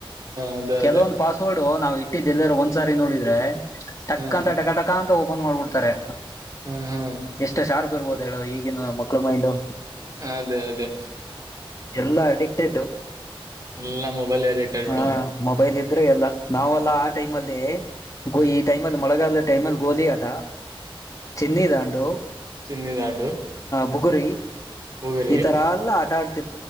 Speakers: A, on the right; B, on the left.
A: ಅದ
B: ಕೆಲವೊಂದು
A: ಅದೇ
B: ಪಾಸ್ವರ್ಡ್ ನಾವ್ ಇಟ್ಟಿದ್ದ ಎಲ್ಲಿರು ಒಂದ್ಸಾರಿ ನೋಡಿದ್ರೆ ಟಕ್ಕ
A: ಹ
B: ಅಂತ ಟಕಾ ಟಕ ಅಂತ ಓಪನ್ ಮಾಡ್ಬಿಡ್ತಾರೆ
A: ಹ ಹಾ
B: ಎಷ್ಟು ಸಾರಪ್ ಇರ್ಬೋದು ಹೇಳ ಈಗ ಮಕ್ಕಳು ಮೈಂಡು
A: ಅದೇ ಅದೇ
B: ಎಲ್ಲಾ ಅಡಿಕ್ಟೆಡ್
A: ಎಲ್ಲಾ ಮೊಬೈಲ್ ಎಡಿಕ್ಟ್ ಆಗ್ಬಿಡು
B: ಹಾ ಮೊಬೈಲ್ ಇದ್ರೆ ಎಲ್ಲ ನಾವೆಲ್ಲಾ ಆ ಟೈಮ್ ಅಲ್ಲಿ ಗೋ
A: ಹ್ಮ್
B: ಈ ಟೈಮ್ಲ್ಲಿ ಮಳಗಾಲ ಟೈಮಲ್ಲಿ ಗೋಲಿ ಆದ ಚೀನಿಧಡ್
A: ಚಿನ್ನಿದಾಂಡು
B: ಬುಗುರಿ
A: ಬುಗುರಿ
B: ಇತರಲ್ ಆಟಟ